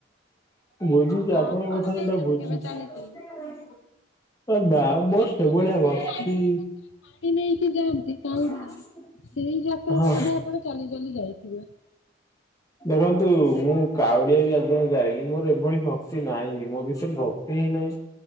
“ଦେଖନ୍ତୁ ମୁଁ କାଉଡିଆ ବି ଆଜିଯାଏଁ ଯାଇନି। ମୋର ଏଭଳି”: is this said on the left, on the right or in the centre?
Left